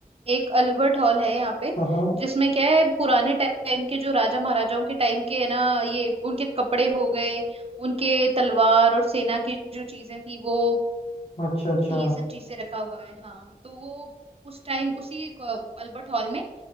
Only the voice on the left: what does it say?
हाँ हाँ
अच्छा अच्छा